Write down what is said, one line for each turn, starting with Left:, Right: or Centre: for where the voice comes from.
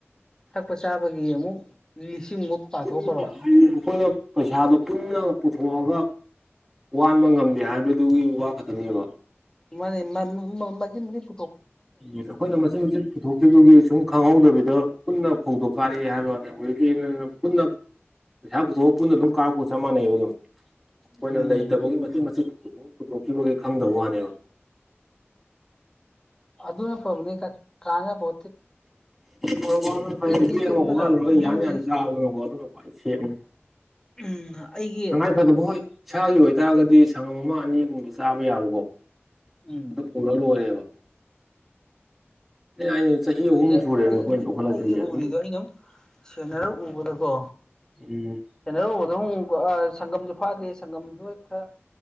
Left: ꯊꯛꯄ ꯆꯥꯕꯒꯤ ꯑꯃꯨꯛ ꯂꯤꯁꯤꯡꯃꯨꯛ ꯄꯥꯊꯣꯛꯈ꯭ꯔꯣ
Centre: ꯄꯨꯟꯅ ꯑꯩꯈꯣꯏꯅ ꯄꯩꯁꯥ ꯑꯗꯨ ꯄꯨꯟꯅ ꯄꯨꯊꯣꯛꯑꯒ ꯋꯥꯟꯕ ꯉꯝꯗꯦ ꯍꯥꯏꯕꯗꯨꯒꯤ ꯋꯥ ꯈꯛꯇꯅꯦꯕ
Left: ꯃꯥꯅꯦ ꯃ ꯃ ꯃꯆꯤꯠ ꯃꯆꯤꯠ
Centre: ꯑꯩꯈꯣꯏꯅ ꯃꯆꯤꯠ ꯃꯆꯤꯠ ꯄꯨꯊꯣꯛꯈꯤꯕꯗꯨꯒꯤ ꯁꯨꯝ ꯈꯪꯍꯧꯗꯕ ꯄꯨꯟꯅ ꯐꯧꯗꯣ ꯀꯥꯔꯛꯑꯦ ꯍꯥꯏꯕꯅꯤ ꯍꯧꯖꯤꯛꯀꯤꯖꯤꯅ ꯄꯨꯟꯅ ꯄꯩꯁꯥ ꯄꯨꯊꯣꯛꯑꯒ ꯄꯨꯟꯅ ꯑꯗꯨꯝ ꯀꯥꯔꯛꯄꯒ ꯆꯞ ꯃꯥꯟꯅꯩꯕ ꯑꯗꯨꯝ ꯑꯩꯈꯣꯏꯅ
Left: ꯎꯝ
Centre: ꯂꯩꯇꯕꯒꯤ ꯃꯆꯤꯠ ꯃꯆꯤꯠ ꯑꯗꯨꯝ ꯄꯨꯊꯣꯛꯈꯤꯕꯒꯤ ꯈꯪꯗꯕ ꯋꯥꯅꯦꯕ
Left: ꯑꯗꯨꯅ ꯐꯕꯅꯤ ꯀꯥꯟ ꯀꯥꯅꯕꯣ
Centre: ꯐꯧ ꯋꯥꯟꯕꯅ ꯐꯩꯌꯦ
Left: ꯑꯩꯁꯨ
Centre: ꯕꯦꯛ ꯑꯃ
Left: ꯑꯗꯨꯅ
Centre: ꯋꯥꯜꯂꯨꯔꯒ
Left: ꯌꯨꯝꯒꯤ
Centre: ꯌꯥ ꯌꯥ ꯆꯥꯕꯅ ꯑꯗꯨꯅ ꯈꯋꯥꯏ ꯁꯦꯞꯅꯤ
Left: ꯎꯝ ꯑꯩꯒꯤ
Centre: ꯇꯉꯥꯏ ꯐꯗꯕ ꯍꯣꯏ ꯏꯁꯥꯒꯤ ꯑꯣꯏꯇꯥꯔꯒꯗꯤ ꯁꯪꯉꯝ ꯑꯃ ꯑꯅꯤꯒꯨꯝꯕ ꯆꯥꯕ ꯌꯥꯕꯀꯣ
Left: ꯎꯝ
Centre: ꯑꯗꯨ ꯎꯔ ꯂꯣꯏꯔꯦꯕ ꯑꯦ ꯑꯩ ꯆꯍꯤ ꯑꯍꯨꯝ
Left: ꯑꯖꯦ
Centre: ꯁꯨꯔꯦꯕ
Left: ꯑꯩꯒꯤ
Centre: ꯑꯩꯈꯣꯏꯅ ꯂꯧꯈꯠꯂꯛꯇꯣꯏꯁꯦ
Left: ꯑꯩꯒꯤ
Centre: ꯑꯗꯨꯝ
Left: ꯎꯔꯤꯗꯣ ꯑꯩꯅꯝ ꯁꯦꯟꯅꯔ ꯎꯕꯗꯀꯣ
Centre: ꯎꯝ
Left: ꯁꯦꯟꯅꯔꯒ ꯎꯕꯗ ꯑꯃꯨꯛ ꯑꯥ ꯁꯒꯝꯁꯨ ꯐꯥꯗꯦ ꯁꯒꯝꯁꯨ ꯍꯣꯢ ꯈꯔ